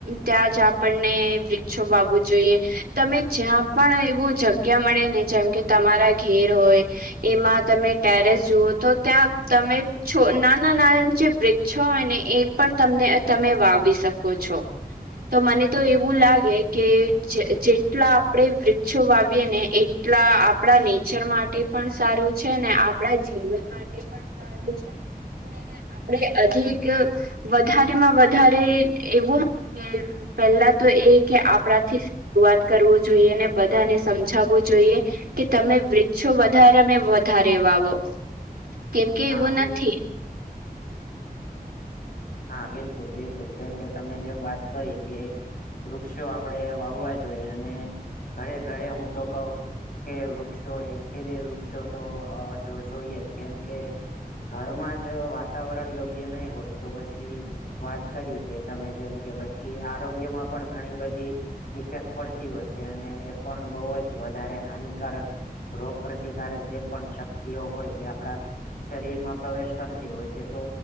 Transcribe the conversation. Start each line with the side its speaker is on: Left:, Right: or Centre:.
Right: ત્યાં જ. આપણને વૃક્ષો વાવું જોઈએ તમે જ્યાં પણ એવું જગ્યા મળે ને જેમ કે. તમારા ઘેર હોય. એમાં તમે ટેરેસ જુઓ તો ત્યાં તમે નાના નાના જે. છ ને એ પણ તને તમે વાવી શકો છો તો મને. તો એવું લાગે કે જેટલા આપણેે વૃક્ષો વાવીએે ને. એટલા આપણા નેચર માટે પણ સારું છે ને આપણા જીવન માટે. પણ સારું છે. ને આપડે અધિક વધારેમાં વધારે એવું ને કે પહેલા તો એ કે, આપણાથી શરૂવાત કરવું જોઈએ ને બધાને સમજાવવું જોઈએ. કે તમે વૃક્ષો વધારેને વધારે વાવો. કેમ કે,
Left: હા
Right: એવું
Left: બે
Right: નથી.
Left: હા, બિલકુલ, બિલકુલ કેમ કે તમે જેમ વાત કરી કે વૃક્ષો આપણેે વાવવા જોઈએ ને, ઘરે ઘરે હું તો કઉ કે વૃક્ષો, એક થી બે વૃક્ષો તો અ જો જોઈએ જ કેમકે ઘરમાં જ વાતાવરણ યોગ્ય નઈ હોય. તો પછી વાત કરી કે તમે જેમ કે પછી, આરોગ્યમાં પણ ઘણી બધી ઇફેક્ટ પડતી હોય છે, અને એ પણ ઉ જ વધારે હાનિકારક રોગ પ્રતિકારક જે પણ શક્તિઓ હોય, જે આપડા શરીરમાં પ્રવેશ કરતી હોય છે, તો